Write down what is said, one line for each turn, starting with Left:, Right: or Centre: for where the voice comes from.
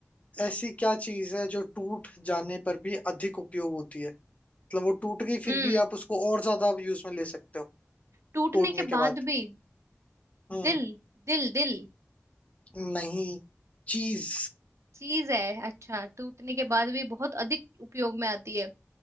Left: ऐसी क्या चीज है जो टूट जाने पर भी अधिक उपयोग होती है मतलब वो टूट गई
Right: हम्म
Left: फिर भी आप उसको और ज्यादा यूज में ले सकते हो
Right: टूटने
Left: तोड़ने
Right: के
Left: के
Right: बाद
Left: बाद
Right: भी
Left: हम्म।
Right: दिल दिल दिल
Left: नहीं चीज
Right: चीज है अच्छा टूटने के बाद भी बहुत अधिक उपयोग में आती है आ,